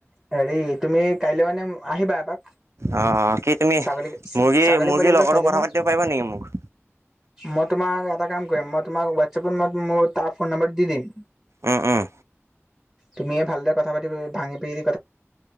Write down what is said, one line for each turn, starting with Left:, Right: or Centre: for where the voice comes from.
Centre: হেৰি তুমি কাইলৈ মানে আহিবা এপাক।
Right: অ', অ' কি তুমি
Centre: ছাগলী
Right: মুৰ্গী
Centre: ছাগলী
Right: মুৰ্গীৰ
Centre: পোৱালিকেইটা
Right: লগৰটোক
Centre: চাই যাবা
Right: কথা পাতিব পাৰিবা নেকি মোক?
Centre: মই তোমাক এটা কাম কৰিম মই তোমাক ৱেট হোয়াট‌চাপত ম-মই তাৰ ফোন নম্বৰটো দি দিম।
Right: উম উম,
Centre: তুমিয়ে ভালদৰে কথা পাতি ভাঙি পাতি